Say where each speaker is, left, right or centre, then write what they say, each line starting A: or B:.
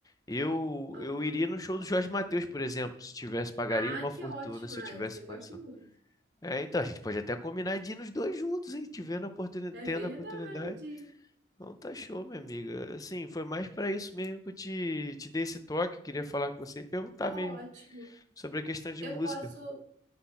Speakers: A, on the left; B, on the right.
A: Eu,
B: Aham.
A: eu iria no show do Jorge Mateus, por exemplo, se tivesse, pagaria
B: Ah,
A: uma
B: que
A: fortuna
B: ótimo!
A: se
B: Ah,
A: eu tivesse
B: eu também
A: condição.
B: gosto muito.
A: É, então a gente pode até combinar de ir nos dois juntos, hein? Tivendo a oportunidade,
B: É
A: tendo
B: verdade.
A: a oportunidade. Então tá show, minha amiga. Assim, foi mais pra isso mesmo que eu te, te dei esse toque. Queria falar com você e perguntar
B: Tá
A: mesmo
B: ótimo.
A: sobre a questão de
B: Eu
A: música.
B: posso.